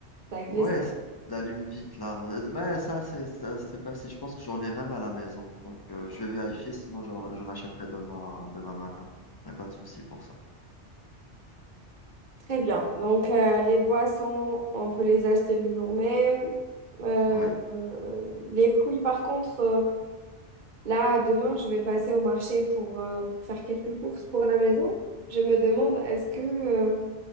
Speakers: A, on the right; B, on the left.
A: C'est Avec l'essence.
B: Ouais, c'est- l'allume-vite, là. Euh, Mais ça, c'est ça, c'est pas si. Je pense que j'en ai même à la maison. Donc, euh, je vais vérifier, sinon j'en j'en achèterai demain, demain matin. Y a pas de souci pour ça.
A: Très bien. Donc, euh, les boissons, on peut les acheter le jour même. Euh,
B: Oui,
A: euh, les fruits, par contre, euh, là, demain, je vais passer au marché pour, euh, pour faire quelques courses pour la maison. Je me demande, est-ce que euh,